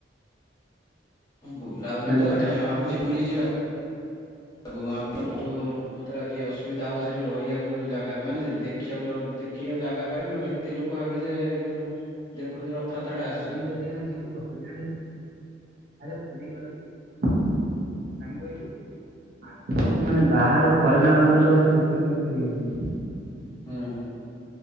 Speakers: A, on the left (about 20°); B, on the right (about 55°).
A: ହଁ ବୁଲାବୁଲି
B: ହାଲୋ।
A: ତ ଏ ଟାଇ ଭାବୁଛି ପୁରୀ ଯିବା। ଆ ଗୋଆ ଆପଣ ବୋଉ ମତେ ଲାଗୁଚି ଅସୁବିଧା ହବ ସେଠି ରହିବାକୁ ଯା ମାନେ ଯେ ଦେଖିବାକୁ ଦେଖିବା ଜାଗା ପାଇବେ ଆଉ ଏତେ ଲୋକ ହେବେ ଯେ ଦେଖୁଛୁ ରଥଯାତ୍ରା ଟା ଆସୁଛି।
B: ପୁରୀ ଯଦି ଏଇନା ଜିବୁ ଦୋକାନୀ ଆରେ ପୁରୀ ଗଲେ କାହିଁ କହିଲୁ ଆ ମାନେ ବାହାର ଫରେନ୍‌ ଫରେନ୍‌ ସବୁ ଆସି ବୁକିଂ କରିସାରିବେଣି।
A: ହୁଁ